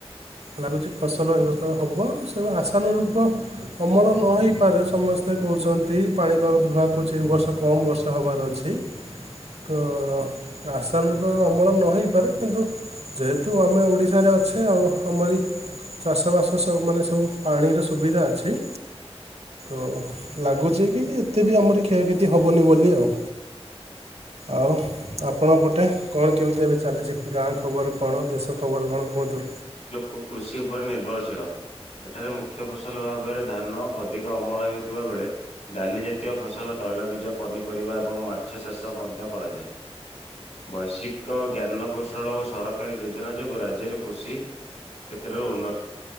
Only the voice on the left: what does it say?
କୁ କୃଷି ଉପରେ ନିର୍ଭରଶୀଳ। ଏଠାରେ ମୁଖ୍ୟ ଫସଲ ଭାବରେ ଧାନ ଅଧିକ ଅମଳ ହେଉଥିବା ବେଳେ ଡାଲି ଜାତୀୟ ଫସଲ, ତୈଳବୀଜ, ପନିପରିବା ଏବଂ ମାଛ ଚାଷ ମଧ୍ୟ କରାଯାଏ। ବୈସିୟିକ ଜ୍ଞାନକୌଶଳ ଓ ସ ସରକାରୀ ଯୋଜନା ଯୋଗୁଁ ରାଜ୍ୟରେ କୃଷି କ୍ଷେତ୍ରରେ ଉନ୍ନ